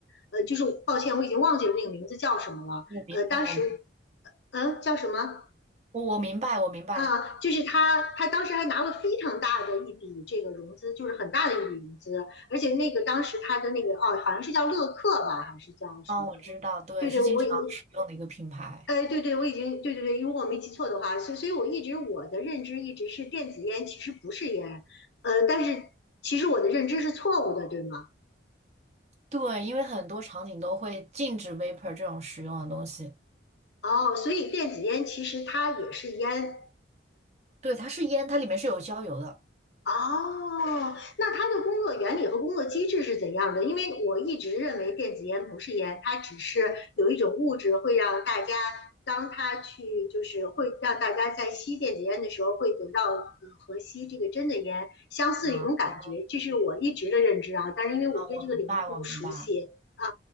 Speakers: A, on the left (about 65°); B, on the right (about 35°).
A: 呃，就是抱歉，我已经忘记了那个名字叫什么了，
B: 我明白，
A: 呃，当时，
B: 我明
A: 嗯、呃叫什么？
B: 我我明白，我明白，
A: 啊，就是他，他当时还拿了非常大的一笔这个融资，就是很大的一笔融资，而且那个当时他的那个哦，好像是叫乐客吧，还是叫什么的？
B: 嗯，我知道，对，
A: 对对，
B: 是经常使用的一个品牌，
A: 我我哎，对对，我已经对对对，如果我没记错的话，所以所以我一直我的认知一直是电子烟其实不是烟，呃，但是其实我的认知是错误的，对吗？
B: 对，因为很多场景都会禁止 vapor 这种使用的东西，
A: 哦，所以电子烟其实它也是烟，
B: 对，它是烟，它里面是有焦油的。
A: 哦，那它的工作原理和工作机制是怎样的？因为我一直认为电子烟不是烟，它只是有一种物质会让大家，当它去就是会让大家在吸电子烟的时候会得到呃和吸这个真的烟相似的一种感觉，
B: 啊。
A: 这是我一直的认知啊。但是因为我对这个领域并不熟悉啊
B: 啊，我明白，我明白。